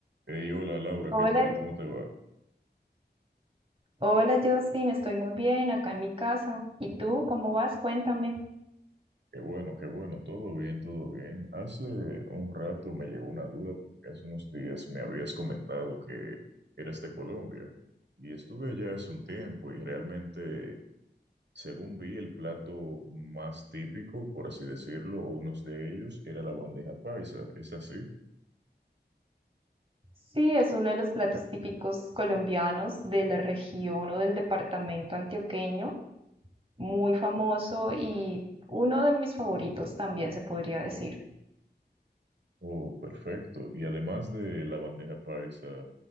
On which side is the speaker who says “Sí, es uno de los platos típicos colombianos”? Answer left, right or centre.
Right